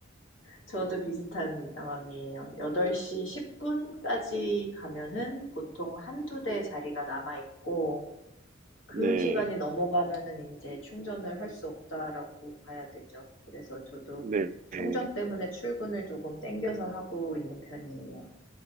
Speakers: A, on the left; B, on the right.
A: 저도 비슷한 상황이에요. 8:10 까지 가면은 보통 한두 대 자리가 남아 있고 그
B: 네,
A: 시간이 넘어가면은 이제 충전을 할 수 없다라고 봐야 되죠. 그래서 저도
B: 네.
A: 충전
B: 네.
A: 때문에 출근을 조금 땡겨서 하고 있는 편이에요.